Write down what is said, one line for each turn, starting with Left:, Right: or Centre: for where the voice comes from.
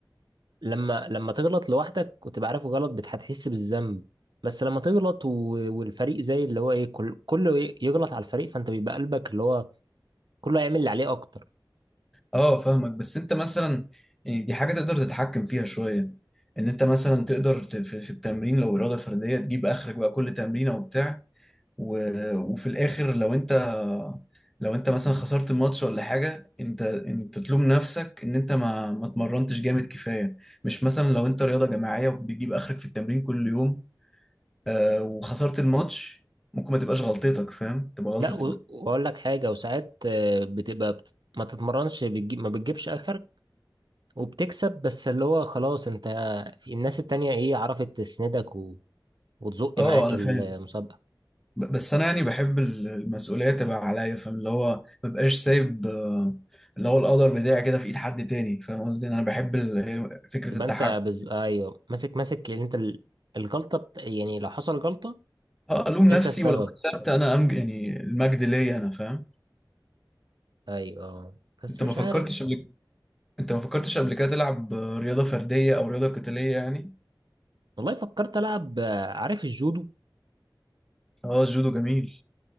Right: لما لما تغلط لوحدك وتبقى عارف غلط بت- هتحس بالذنب بس لما تغلط و... والفريق زي اللي هو إيه كل... كله ي- يغلط على الفريق فأنت بيبقى قلبك اللي هو كله هيعمل اللي عليه أكتر
Centre: اه فاهمك بس انت مثلا يعني دي حاجه تقدر تتحكم فيها شويه ان انت مثلا تقدر ت- في في التمرين لو اراده فرديه تجيب اخرك بقى كل تمرينه وبتاع و- وفي الاخر لو انت لو انت مثلا خسرت الماتش ولا حاجه انت انت تلوم نفسك ان انت ما ما اتمرنتش جامد كفايه مش مثلا لو انت رياضه جماعيه بتجيب اخرك في التمرين كل يوم آه وخسرت الماتش ممكن ما تبقاش غلطتك فاهم تبقى غلطة
Right: لا و... وأقول لك حاجة وساعات آه، بتبقى بت... ما تتمرنش بتجيب... ما بتجيبش آخر وبتكسب بس اللي هو خلاص أنت في الناس التانية إيه عرفت تسندك و... وتزق
Centre: اه
Right: معاك
Centre: انا
Right: المسابقة
Centre: فاهم ب- بس انا يعني بحب ال- المسؤوليه تبقى عليا فاهم اللي هو ما بقاش سايب آه، اللي هو القدر بتاعي كده في ايد حد تاني فاهم قصدي انا بحب ال- فكره
Right: تبقى
Centre: التحكم
Right: انت بز... ايوه ماسك ماسك يعني انت ال- الغلطه بت... يعني لو حصل غلطه
Centre: اه الوم نفسي
Right: انت السبب
Centre: ولو كسبت انا امج يعني المجد ليا انا فاهم
Right: ايوه بس
Centre: انت
Right: مش
Centre: ما فكرتش
Right: عارف
Centre: قبل انت ما فكرتش قبل كده تلعب آه، رياضه فرديه او رياضه قتاليه يعني
Right: والله فكرت العب آه، عارف الجودو
Centre: اه الجودو جميل